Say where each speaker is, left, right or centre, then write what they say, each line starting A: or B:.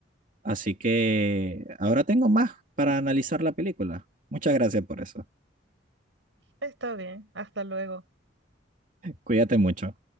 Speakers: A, on the right; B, on the right.
A: Así que ahora tengo más para analizar la película. Muchas gracias por eso.
B: está bien, hasta luego.
A: Cuídate mucho.